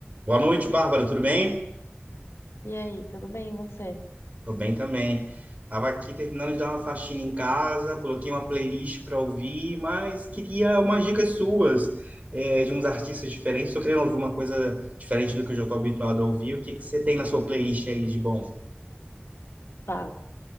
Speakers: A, on the right; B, on the left.
A: Boa noite, Bárbara, tudo bem?
B: E aí, tudo bem, e você?
A: Tô bem também. Tava aqui terminando de dar uma faxina em casa, coloquei uma playlist para ouvir, mas queria umas dicas suas, eh, de uns artistas diferentes. Tô querendo ouvir uma coisa diferente do que eu já tô habituado a ouvir. O que que você tem na sua playlist aí de bom?
B: Tá.